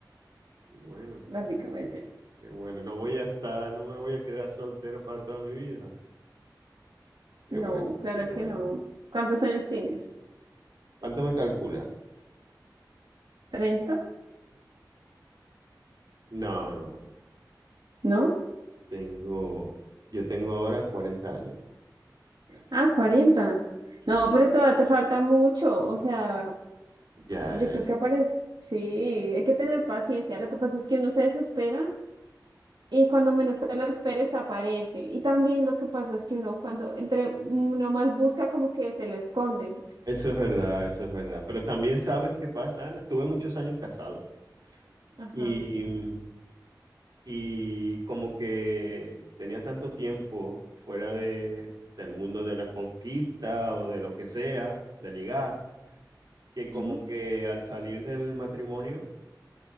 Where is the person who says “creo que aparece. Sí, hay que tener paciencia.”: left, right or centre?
Right